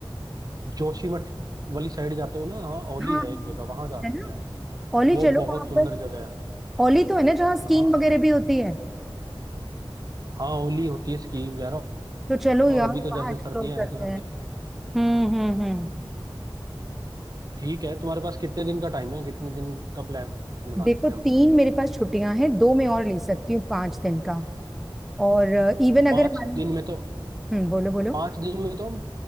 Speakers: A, on the right; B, in the centre.
A: जोशीमठ वाली साइड जाते हुए ना हाँ ओली
B: हाँ
A: है एक जगह वहां जा सकते
B: है ना
A: हैं
B: औली
A: वो
B: चलो
A: बहुत
B: वहां
A: सुंदर
B: पर
A: जगह है
B: औली तो है ना जहाँ स्कीइंग
A: हाँ
B: वगैरह भी होती है
A: हाँ ओली होती है स्कीम वगैरह
B: तो चलो यार
A: और अभी तो जैसे
B: वहाँ एक्सप्लोर
A: सर्दियां
B: करते
A: हैं तो
B: हैं
A: सर्दी
B: हम्म हम्म हम्म
A: ठीक है तुम्हारे पास कितने दिन का टाइम है कितने दिन का प्लान बना
B: देखो
A: सकते
B: तीन
A: हैं हम
B: मेरे पास छुट्टियां हैं दो मैं और ले सकती हूँ पांच दिन का और इवन
A: पाँच
B: अगर हमारे
A: दिन में तो
B: हम्म बोलो बोलो
A: पांच दिन में तो हम